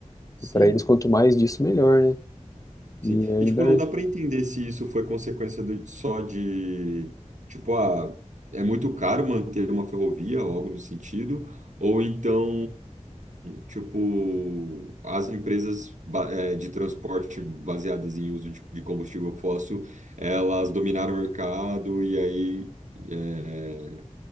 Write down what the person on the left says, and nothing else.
e para eles quanto mais disso, melhor, né, e
ainda,